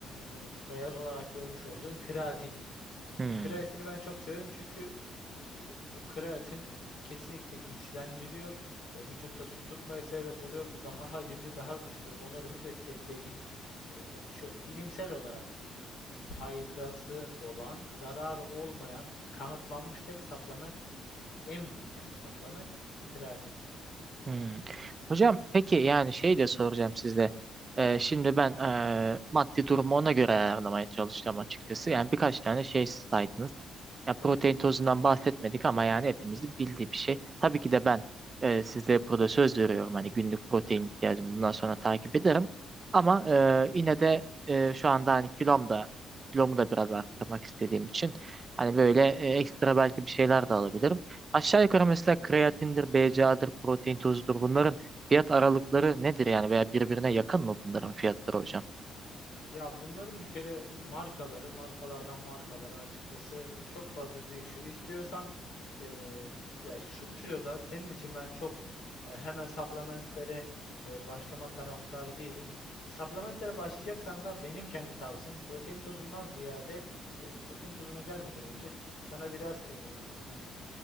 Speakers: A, on the left; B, on the right.
A: hani bu beyaz olarak görmüş olduğun kreatin.
B: Hmm.
A: Kreatini ben çok severim çünkü e, bu kreatin kesinlikle güçlendiriyor. E, vücutta su tutmaya sebep oluyor. Bu daha hacimli, daha güçlü ve onarımı desteklediği e, ya şöyle bilimsel olarak faydası olan, zararı olmayan kanıtlanmış tek supplement en büyük yani supplement kreatindir.
B: Hmm. Hocam peki yani şey de soracağım size. Ee, şimdi ben ee, maddi durumu ona göre ayarlamaya çalışacağım açıkçası. Yani birkaç tane şey saydınız. Ya protein
A: Tabii.
B: tozundan bahsetmedik ama yani hepimizin bildiği bir şey. Tabii ki de ben ee, size burada söz veriyorum. Hani günlük protein ihtiyacımı bundan sonra takip ederim. Ama ee, yine de ee, şu anda hani kilom da kilomu da biraz arttırmak istediğim için hani böyle ee, ekstra belki bir şeyler de alabilirim. Aşağı yukarı mesela kreatindir, BCA'dır, protein tozudur. Bunların fiyat aralıkları nedir yani veya birbirine yakın mı bunların fiyatları hocam?
A: Ya bunların bir kere markaları, markalardan markalara açıkçası e, çok fazla değişiyor. İstiyorsan eee, ya şu kiloda senin için ben çok e, hemen supplementlere e, başlama taraftarı değilim. E, Supplementlere başlayacaksan da benim kendi tavsiyem protein tozundan ziyade e, protein tozuna gelmeden önce sana biraz e, hani